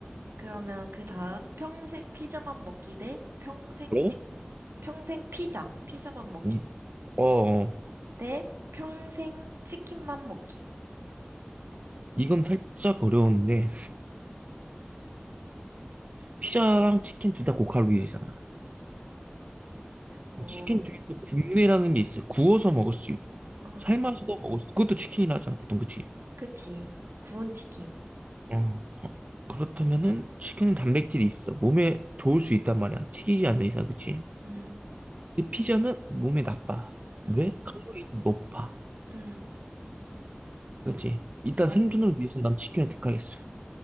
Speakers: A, on the right (about 80°); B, on the right (about 35°).
A: 그러면 그 다음 평생 피자만 먹기 대 평생
B: 그리고?
A: 치, 평생 피자, 피자만 먹기
B: 음, 어, 어.
A: 대 평생 치킨만 먹기.
B: 이건 살짝 어려운데,
A: 음.
B: 피자랑 치킨 둘 다 고칼로리잖아.
A: 어,
B: 치킨 중에 또 굽내라는 게 있어요. 구워서 먹을 수 있고,
A: 어,
B: 삶아서도 먹을 수 있고, 그것도 치킨이라 하잖아, 보통. 그치?
A: 그치. 구운 치킨.
B: 어, 어, 그렇다면은 치킨은 단백질이 있어. 몸에 좋을 수 있단 말이야. 튀기지 않는 이상, 그치?
A: 음,
B: 근데 피자는 몸에 나빠.
A: 음.
B: 왜? 칼로리도 높아.
A: 응
B: 그치? 일단
A: 맞아.
B: 생존을 위해서 난 치킨을 택하겠어.